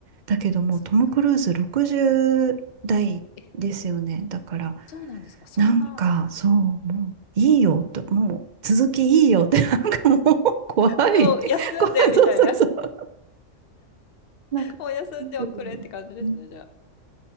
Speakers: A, on the right; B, on the left.
A: だけどもう、
B: そっか。
A: トム・クルーズ60代ですよね。
B: え、
A: だから、
B: そうなんですか。そんな
A: なんか、そう、もう、いいよと、もう、続きいいよって、<laughs> なんかもう、怖い。
B: もう休んでみたいな。
A: <laughs> 怖い、そうそうそう。なんか、
B: もう休んでおくれって感じですね、
A: うん
B: じゃあ。